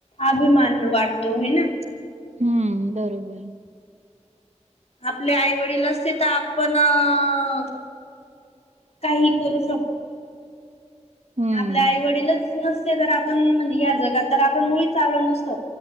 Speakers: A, on the left (about 60°); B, on the right (about 70°).
A: अभिमान वाटतो हिय ना.
B: हम्म बरोबर
A: आपले आई वडील असते तर आपण अ. ‍‌‍ काही करू शकू.
B: हम्म.
A: आपल्या आई वडीलच नसते त आपण म्हणे या जगात तर आपण मुळीच आलो नसतो